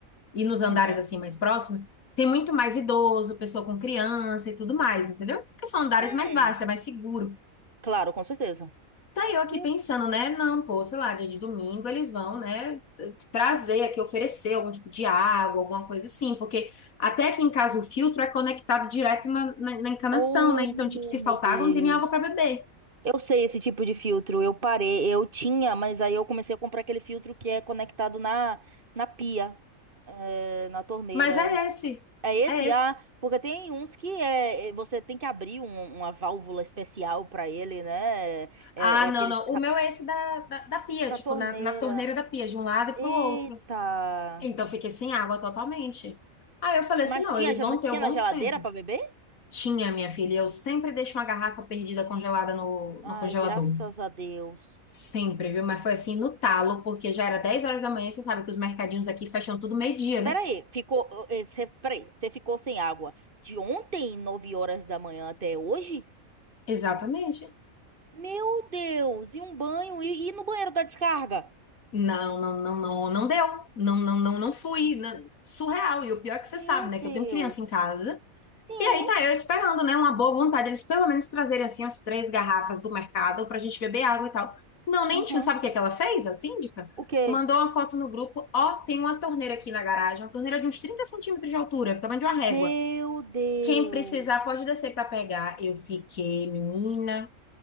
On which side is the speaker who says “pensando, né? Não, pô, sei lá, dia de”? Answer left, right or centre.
Left